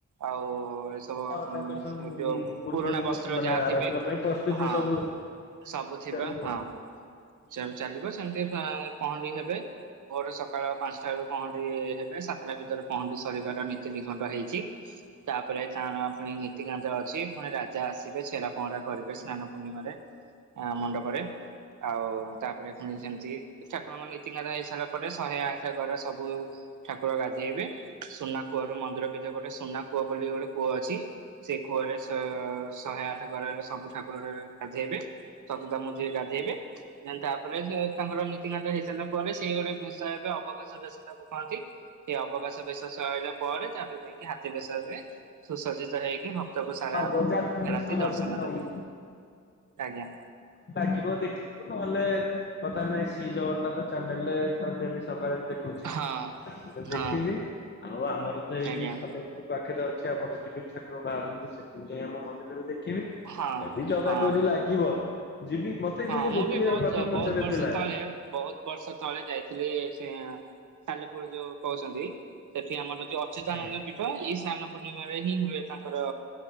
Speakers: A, on the right; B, on the left.
A: ଆଉ ତ
B: ହଁ ତାଙ୍କର ସବୁ
A: ଯୋଉ
B: ପୂର୍ବ
A: ପୁରୁଣା
B: ଦିନ
A: ବସ୍ତ୍ର
B: ମାନେ
A: ଯାହା
B: ଆର
A: ଥିବେ।
B: ଦିନ ପାଇଁ ପ୍ରସ୍ତୁତି
A: ହଁ
B: ସବୁ
A: ସବୁ ଥିବା
B: ଚାଲିବ
A: ହଁ।
B: ଆଉ।
A: ଚା- ଚାଲିବ ସେମିତି ତ ପହଁଡି ହେବେ, ଭୋରୁ ସକାଳ ପାଞ୍ଚଟା ରୁ ପହଣ୍ଡି ହେବେ। ସାତଟା ଭିତରେ ପହଣ୍ଡି ସରିବାର ନୀତି ଖଣ୍ଡ ହୋଇଛି। ତାପରେ ତାର ପୁଣି ନୀତିକାନ୍ତ ଅଛି ପୁଣି ରାଜା ଆସିବେ ଛେରା ପହଁରା କରିବେ ସ୍ନାନ ପୂର୍ଣ୍ଣିମାରେ ମଣ୍ଡପରେ, ଆଉ ତାପରେ ପୁଣି ସେମିତି ଠାକୁରଙ୍କ ନୀତିକାନ୍ତ ହେଇ ସାରିଲା ପରେ ଶହେ ଆଠ ଘର ସବୁ ଠାକୁର ଗାଧେଇବେ। ସୁନା କୂଅରୁ ମନ୍ଦିର ଭିତରେ ଗୋଟେ ସୁନା କୂଅ ବୋଲି ଗୋଟେ କୂଅ ଅଛି। ସେ କୁଅରେ ସ-ଶହେ ଆଠ ଘରରେ, ସବୁ ଠାକୁରରେ ଗାଧେଇବେ ସତତା ମଝିରେ ଗାଧେଇବେ ତାପରେ ସେ ତାଙ୍କର ନୀତି କାନ୍ତ ହେଇସାରିଲା ପରେ, ସେଇ ଗୋଟେ ବିଷୟ ଏବେ ଅବକାଶ ବେଶ ତାକୁ କହନ୍ତି। ସେ ଅବକାଶ ବେଶ ସରିଲା ପରେ, ତାପରେ ଯାଇକି ହାତୀ ବେଶ ହେବେ ସୁସଜିତ ହେଇକି ଭକ୍ତକୁ ସାରା
B: ହଁ ଗଜାନନ ବି
A: ରାତି
B: ସେଦିନ
A: ଦର୍ଶନ ଦେବେ। ଆଜ୍ଞା।
B: ଲାଗିବ ଦେଖିବୁ। ନହେଲେ ବର୍ତ୍ତମାନ ଶ୍ରୀ ଜଗନ୍ନାଥ ଚ୍ୟାନେଲରେ ଡେଲି ସକାଳେ ଦେଖୁଛି।
A: ହଁ
B: ତାପରେ ଦେଖିବି
A: ହଁ
B: ଆଉ ଆମର ତ ଏଇଠି
A: ଆଜ୍ଞା।
B: ସାଲେପୁର ପାଖରେ ଅଛି ଆମର ଏଠି ବି ଠାକୁର ବାହାରନ୍ତି ସେଠି ଯାଇ ଆମ ମନ୍ଦିରରେ ଦେଖିବି। ଯଦି
A: ହଁ
B: ଜଗା
A: ହଁ
B: ଡୋରି ଲାଗିବ ଯିବି। ମତେ
A: ହଁ
B: ଖାଲି
A: ମୁଁ
B: ଗୋଟିଏ
A: ବି ବହୁତ,
B: କଥା ପଚାରିବାର
A: ବୋହୁତ୍ ବର୍ଷ
B: ଥିଲା।
A: ତଳେ, ବହୁତ ବର୍ଷ ଥରେ ଯାଇଥିଲି ସେ ସାଲେପୁର ଯୋଉ କହୁଛନ୍ତି ସେଠି ଆମର ଯୋଉ ଅଚ୍ୟୁତ
B: ଆଜ୍ଞା
A: ନନ୍ଦ ପୀଠ ଏଇ ସ୍ନାନ ପୂର୍ଣ୍ଣିମାରେ ହିଁ ହୁଏ ତାଙ୍କର